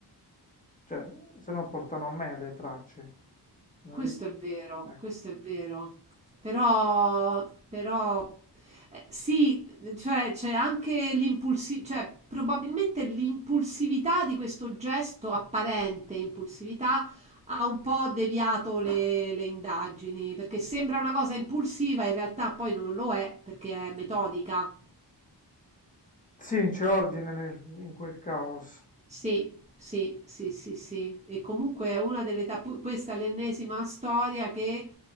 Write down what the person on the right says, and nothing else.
Questo
è vero,
questo è vero. Però, però, eh, sì, cioè c'è anche l'impulsività, cioè probabilmente l'impulsività di questo gesto, apparente impulsività, ha un po' deviato le, le indagini, perché sembra una cosa impulsiva, in realtà poi non lo è, perché è metodica.
Sì, sì, sì, sì, sì. E comunque è una delle tappe, questa è l'ennesima storia che